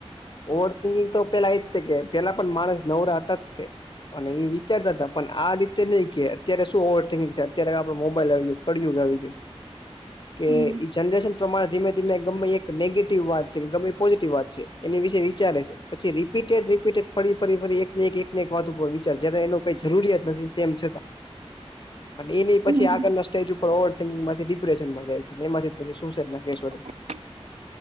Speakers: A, on the left (about 45°); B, on the right (about 80°).
A: ઓવર થિંકિંગ તો પેલા એજ કે પેલા પણ માણસ નવરા હતાત તે. અને એ વિચારતા હતા પણ આ રીતે નઈ કે અત્યારે શું ઓવરન્કિંગ છે અત્યારે આપડે મોબાઈલ આવયો પડયોગ આવીજું
B: <inaudible>
A: કે
B: હમ
A: ઈ જનરેશન પ્રમાણે ધીમે ધીમે ગમે એક નેગેટિવ વાત છે કે ગમે એ પોઝિટિવ વાત છે. એની વિશે વિચારે છે. પછી રીપીટેડ રીપીટેડ ફરી ફરી ફરી એક ને એક ને એક વાત ઉપર વિચાર જને એનો કઈ જરૂરિયાત નથી તેમ છતાં
B: <inaudible>
A: અને એની પછી
B: હમ
A: આગળના સ્ટેજ ઉપર ઓવર થિંકિંગ માંથી ડિપ્રેશનમાં જાય છે એમાંથી પછી સુસાઈડ ના કેસ વધે છે.
B: ઓ <unintelligible>